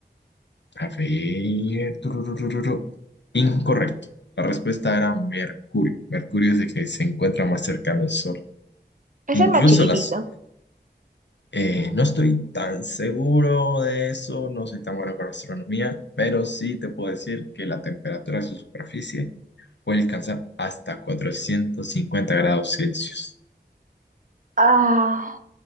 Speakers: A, on the left (about 80°); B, on the right (about 50°).
A: A ver. tururururu. Incorrecto. La respuesta era Mercurio. Mercurio es el que se encuentra más cercano al Sol.
B: Es
A: Incluso
B: el más chiquitito.
A: las... eh, no estoy tan seguro de eso, no soy tan bueno con astronomía, pero sí te puedo decir que la temperatura de su superficie puede alcanzar hasta 450 grados Celsius.
B: Ah.